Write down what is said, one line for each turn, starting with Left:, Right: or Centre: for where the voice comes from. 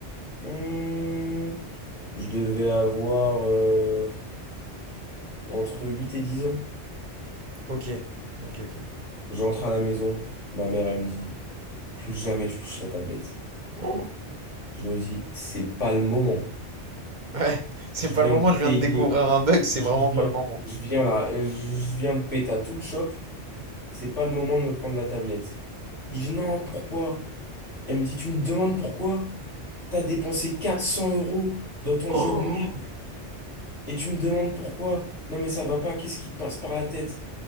Left: Hmm, je devais avoir euh, entre 8 et 10 ans.
Right: Ok, ok, ok.
Left: J'entre à la maison, ma mère elle me dit, plus jamais tu touches la tablette.
Right: Oh,
Left: Je me dis, c'est pas le moment.
Right: Ouais, c'est
Left: Je
Right: pas
Left: viens
Right: le moment,
Left: de
Right: je
Left: payer,
Right: viens de découvrir un bug, c'est
Left: je
Right: vraiment
Left: viens,
Right: pas le moment.
Left: je viens là, euh, je viens de péter à tout le shop. C'est pas le moment de me prendre la tablette. Je dis, non, pourquoi? Elle me dit, tu me demandes pourquoi? T'as dépensé 400 euros dans ton
Right: Oh.
Left: jeu de merde et tu me demandes pourquoi? Non, mais ça va pas, qu'est-ce qui te passe par la tête?